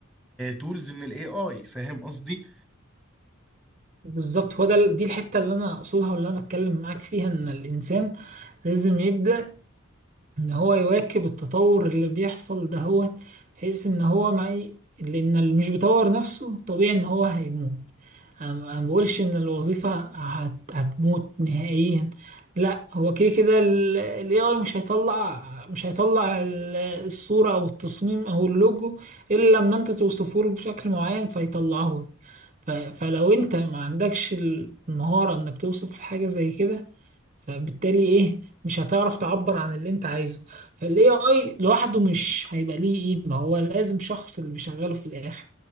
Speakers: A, in the centre; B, on the right.
A: تولز من الاي اي فاهم قصدي
B: بالظبط هو ده دي الحتة اللي أنا أقصدها واللي أنا بتكلم معاك فيها إن الإنسان لازم يبدأ إن هو يواكب التطور اللي بيحصل دهوت بحيث إن هو ما ي- لأن اللي مش بيطور نفسه طبيعي إن هو هيموت انا أنا ما بقولش ان الوظيفه هت... هتموت نهائيا لا هو كده كده الاي اي مش هيطلع مش هيطلع ال- الصوره او التصميم او اللوجو الا لما انت توصفه له بشكل معين فيطلعه لك ف... فلو انت ما عندكش المهاره انك توصف حاجه زي كده فبالتالي ايه مش هتعرف تعبر عن اللي انت عايزه فالاي اي لوحده مش هيبقى ليه قيمه هو لازم شخص اللي بيشغله في الاخر